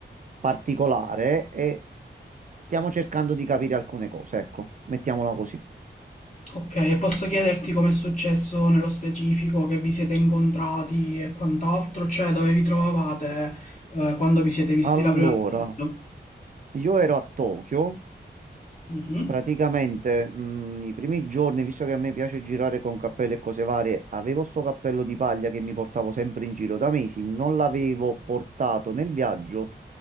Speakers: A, on the right; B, on the left.
A: particolare e stiamo cercando di capire alcune cose, ecco, mettiamola così.
B: Ok, e posso chiederti com'è successo nello specifico, che vi siete incontrati e quant'altro, cioè dove vi trovavate eh, quando vi siete visti
A: Allora,
B: la prima volta?
A: io ero a Tokyo.
B: Mhm,
A: Praticamente, mm, i primi giorni, visto che a me piace girare con cappelli e cose varie, avevo sto cappello di paglia che mi portavo sempre in giro da mesi, non l'avevo portato nel viaggio. Ho